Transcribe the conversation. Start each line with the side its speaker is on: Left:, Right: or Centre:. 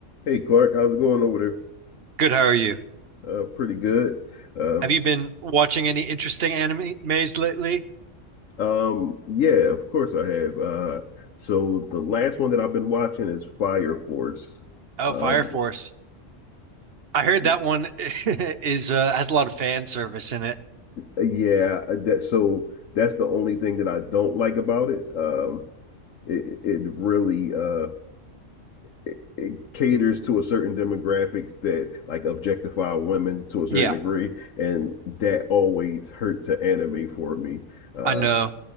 Left: Hey Clark, how's it going over
Right: Good, how are you?
Left: there? Uh, pretty good. Uh,
Right: Have you been watching any interesting animes lately?
Left: um, yeah, of course I have. Uh, so the last one that I've been watching is Fire Force.
Right: Oh,
Left: Um,
Right: Fire Force. I heard
Left: it-
Right: that one <laughs> is uh, has a lot of fan service in it.
Left: yeah, uh, that so that's the only thing that I don't like about it. Um, it it really uh it, it caters to a certain demographics that like objectify women to a certain
Right: Yeah,
Left: degree, and that always hurts an anime for me. Um,
Right: I know.